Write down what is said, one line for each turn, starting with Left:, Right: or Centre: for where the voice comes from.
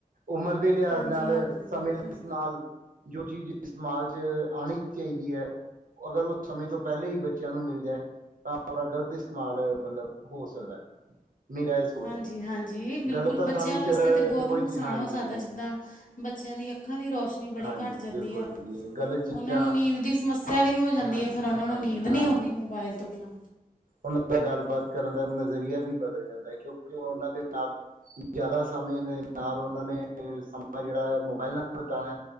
Right: ਉਮਰ ਦੇ ਲਿਹਾਜ਼
Left: ਹਾਂਜੀ
Right: ਨਾਲ
Left: ਹਾਂਜੀ
Right: ਸਮੇ
Left: ਬਿਲਕੁਲ
Right: ਸ ਨਾਲ ਜੋ ਚੀਜ਼ ਇਸਤੇਮਾਲ ਚ ਆਣੀ ਚਾਹੀਦੀ ਹੈ ਅਗਰ ਉਹ ਸਮੇਂ ਤੋਂ ਪਹਿਲੇ ਹੀ ਬੱਚਿਆਂ ਨੂੰ ਮਿਲ ਜਾਏ ਤਾਂ ਓਦਾ ਗ਼ਲਤ ਇਸਤੇਮਾਲ ਮਤਲਬ ਹੋ ਸਕਦਾ ਹੈ ਮੇਰਾ ਇਹ ਸੋਚ
Left: ਹਾਂਜੀ-ਹਾਂਜੀ, ਬਿਲਕੁਲ
Right: ਗਲਤ ਹੱਥਾਂ
Left: ਬੱਚਿਆਂ
Right: ਵਿੱਚ
Left: ਵਾਸਤੇ
Right: ਅਗਰ
Left: ਤਾਂ ਬਹੁਤ
Right: ਕੋਈ
Left: ਨੁਕਸਾਨ
Right: ਹਾਂਜੀ
Left: ਹੋ ਸਕਦਾ ਜਿੱਦਾਂ ਬੱਚਿਆਂ ਦੀ ਅੱਖਾਂ ਦੀ ਰੋਸ਼ਨੀ ਬੜੀ
Right: ਹਾਂਜੀ
Left: ਘੱਟ ਜਾਂਦੀ
Right: ਬਿਲਕੁਲ
Left: ਆ
Right: ਜੀ ਗਲਤ ਚੀਜ਼ਾਂ
Left: ਉਹਨਾਂ ਨੂੰ ਨੀਂਦ ਦੀ ਸਮੱਸਿਆ ਵੀ ਹੋ ਜਾਂਦੀ
Right: ਹਾਂਜੀ
Left: ਆ, ਫੇਰ
Right: ਹਾਂਜੀ
Left: ਉਹਨਾਂ ਨੂੰ ਨੀਂਦ
Right: ਹਾਂਜੀ
Left: ਨਹੀਂ ਆਉਂਦੀ ਮੋਾਇਲ ਤੋਂ ਬਿਨਾਂ
Right: ਉਹਨਾਂ ਦਾ ਗੱਲਬਾਤ ਕਰਨ ਦਾ ਨਜ਼ਰੀਆ ਵੀ ਬਦਲ ਜਾਂਦਾ ਹੈ, ਕਿਉਂਕਿ ਉਹਨਾਂ ਦੇ ਨਾਲ ਜ਼ਿਆਦਾ ਸਮੇਂ ਦੇ ਨਾਲ ਉਹਨਾਂ ਨੇ ਸਮਾਂ ਜਿਹੜਾ ਹੈ, ਮੋਬਾਇਲ ਨਾਲ ਬਿਤਾਉਣਾ ਹੈ